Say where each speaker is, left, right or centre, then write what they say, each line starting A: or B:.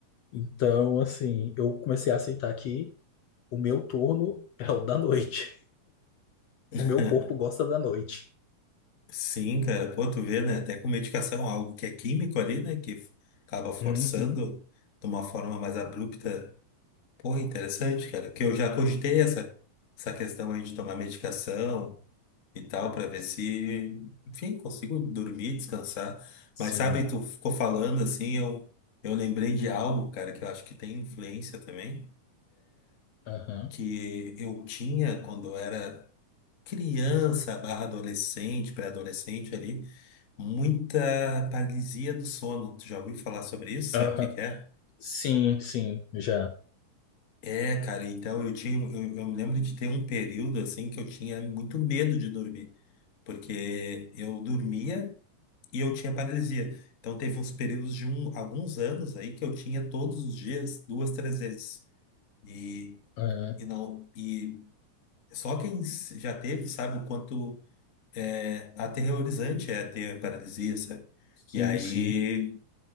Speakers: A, on the left; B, on the left.
A: Então, assim, eu comecei a aceitar que o meu turno é o da noite.
B: <laughs>
A: O meu corpo gosta da noite.
B: Sim, cara. Pô, tu vê, né? Até com medicação, algo que é químico ali, né? Que acaba forçando
A: Uhum.
B: de uma forma mais abrupta. Pô, interessante, cara. Que eu já cogitei essa, essa questão aí de tomar medicação e tal, pra ver se, enfim, consigo dormir, descansar.
A: Sim.
B: Mas sabe, tu ficou falando assim, eu, eu lembrei de algo, cara, que eu acho que tem influência também,
A: Aham.
B: que eu tinha quando eu era. criança barra adolescente, pré-adolescente ali, muita paralisia do sono. Tu já ouviu falar sobre isso?
A: Aham.
B: Sabe o que que é?
A: Sim, sim, já.
B: É, cara, então eu tinha, eu, eu me lembro de ter um período assim que eu tinha muito medo de dormir, porque eu dormia e eu tinha paralisia. Então teve uns períodos de um, alguns anos aí que eu tinha todos os dias, duas, três vezes. E,
A: Aham.
B: e não, e só quem s- já teve sabe o quanto É aterrorizante é ter paralisia, sabe?
A: Sim,
B: E aí
A: sim,